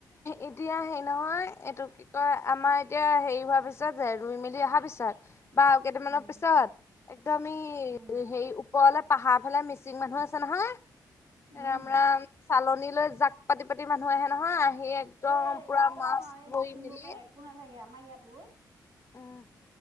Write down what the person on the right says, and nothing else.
উম,
উম,
উম।
এ একদম
আৰু এই
মিচিং
বোৰ পৰা একো নাথাকে আমাৰ ইয়াতো।